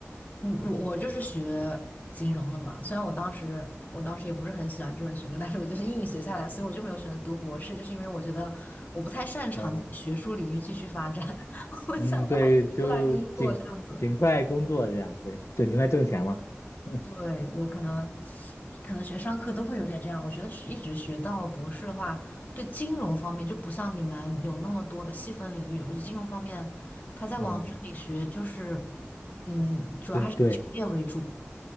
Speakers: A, on the left (about 40°); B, on the left (about 80°).
A: 嗯，我我就是学金融的嘛，虽然我当时我当时也不是很喜欢这门学科，但是我就是硬学下来，所以我就没有选择读博士，就是因为我觉得我不太擅长在学术领域继续发展，
B: 嗯
A: <laughs> 我想的还是出来工作这样子。
B: 嗯，对，就尽尽快工作这样，对，就尽快挣钱嘛。<laughs>
A: 对，我可能，可能学商科都会有点这样。我觉得学一直学到博士的话，对金融方面就不像你们有那么多的细分领域。我觉得金融方面，他在往这里学，
B: 嗯，
A: 就是，嗯，主要还是以就业为主。
B: 对对。